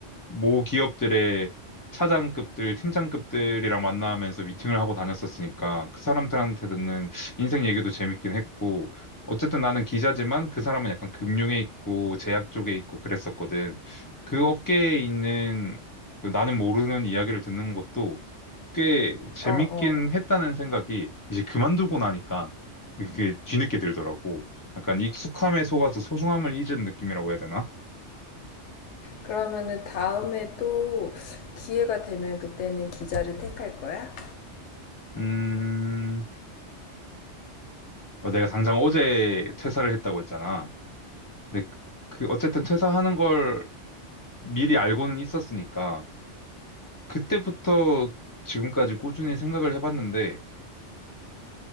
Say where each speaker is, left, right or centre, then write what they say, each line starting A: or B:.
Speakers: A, on the left (about 20°); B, on the left (about 75°).
A: 모 기업들의 차장급들, 팀장급들이랑 만나면서 미팅을 하고 다녔었으니까 그 사람들한테 듣는 인생 얘기도 재밌긴 했고 어쨌든 나는 기자지만 그 사람은 약간 금융에 있고 제약 쪽에 있고 그랬었거든. 그 업계에 있는 그 나는 모르는 이야기를 듣는 것도 꽤 재밌긴
B: 어, 어.
A: 했다는 생각이 이제 그만두고 나니까 그게 뒤늦게 들더라고. 약간 익숙함에 속아서 소중함을 잊은 느낌이라고 해야 되나?
B: 그러면은 다음에 또 기회가 되면 그때는 기자를 택할 거야?
A: 음, 어, 내가 당장 어제 퇴사를 했다고 했잖아. 근데 그 그 어쨌든 퇴사하는 걸 미리 알고는 있었으니까 그때부터 지금까지 꾸준히 생각을 해봤는데